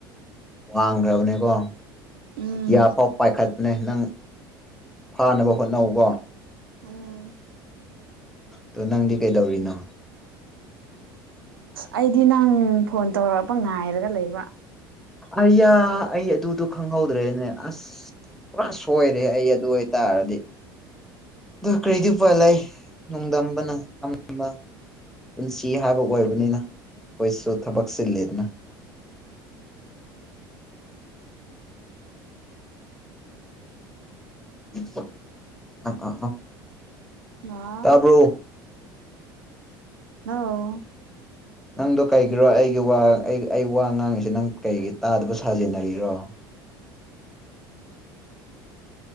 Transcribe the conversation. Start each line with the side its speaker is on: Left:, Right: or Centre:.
Centre: ꯋꯥꯡꯈ꯭ꯔꯕꯅꯦꯀꯣ
Right: ꯎꯝ
Centre: ꯑꯇꯤꯌꯥꯐꯥꯎ ꯄꯥꯏꯈꯠꯄꯅꯦ ꯅꯪ ꯐꯥꯅꯕ ꯍꯣꯠꯅꯧꯀꯣ
Right: ꯎꯝ
Centre: ꯗꯣ ꯅꯪꯗꯤ ꯀꯩꯗꯧꯔꯤꯅꯣ
Right: ꯑꯩꯗꯤ ꯅꯪ ꯐꯣꯟ ꯇꯧꯔꯛꯄ ꯉꯥꯏꯔꯒ ꯂꯩꯕ
Centre: ꯑꯌꯥ ꯑꯩ ꯑꯗꯨꯗꯣ ꯈꯪꯍꯧꯗ꯭ꯔꯦꯅꯦ ꯑꯁ ꯄꯨꯔꯥ ꯁꯣꯏꯔꯦ ꯑꯩ ꯑꯗꯨ ꯑꯣꯏ ꯇꯥꯔꯗꯤ ꯑꯗꯨ ꯀꯔꯤꯗꯤ ꯎꯄꯥꯏ ꯂꯩ ꯅꯣꯡꯗꯝꯕꯅ ꯇꯝꯕ ꯄꯨꯟꯁꯤ ꯍꯥꯏꯕ ꯑꯣꯏꯕꯅꯤꯅ ꯑꯩꯈꯣꯏꯁꯨ ꯊꯕꯛ ꯆꯤꯜꯂꯦꯗꯅ <unintelligible> ꯑꯥ ꯑꯥ ꯑꯥ
Right: ꯉꯥ
Centre: ꯇꯥꯕ꯭ꯔꯣ
Right: ꯍꯜꯂꯣ
Centre: ꯅꯪꯗꯣ ꯀꯩꯒꯤꯔꯣ ꯑꯩꯒꯤ ꯋꯥ ꯑꯩ ꯑꯩ ꯋꯥ ꯉꯥꯡꯉꯤꯁꯦ ꯅꯪ ꯀꯩꯒꯤ ꯇꯥꯗꯕ ꯁꯥꯖꯤꯟꯅꯔꯤꯔꯣ